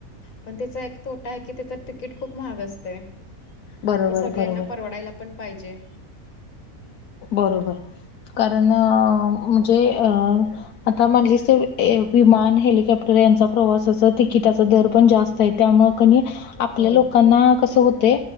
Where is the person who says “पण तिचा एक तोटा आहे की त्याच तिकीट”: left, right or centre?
Left